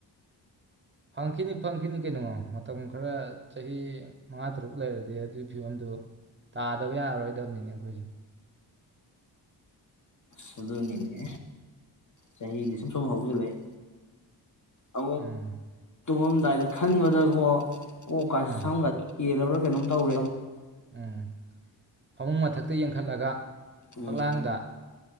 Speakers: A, on the right; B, on the left.
A: ꯐꯪꯈꯤꯅꯤ ꯐꯪꯈꯤꯅꯤ ꯀꯩꯅꯣꯣ ꯃꯇꯝ ꯈꯔ ꯆꯍꯤ ꯃꯉꯥ ꯇꯔꯨꯛ ꯂꯩꯔꯗꯤ ꯑꯗꯨꯒꯤ ꯐꯤꯕꯝꯗꯨ ꯇꯥꯗꯕ ꯌꯥꯔꯔꯣꯏꯗꯕꯅꯤꯅꯦ ꯑꯩꯈꯣꯏꯁꯦ
B: ꯁꯗꯅꯤꯅꯦ ꯆꯍꯤꯗꯤ ꯁꯨꯝ ꯁꯨꯝ ꯍꯧꯁꯤꯜꯂꯛ ꯑ
A: ꯎꯝ
B: ꯑꯗꯨꯗꯥꯏꯗ ꯈꯟꯕꯗ ꯑꯃꯛ ꯑꯣ ꯀꯁꯦ
A: ꯑꯥ
B: ꯁꯥꯡꯒ ꯀ ꯀꯩꯅꯣ ꯇꯧꯒꯣ
A: ꯎꯝ ꯐꯃꯨꯡ ꯃꯊꯛꯇ ꯌꯦꯡꯈꯠꯂꯒ
B: ꯎꯝ
A: ꯐꯛꯂꯥꯡꯗ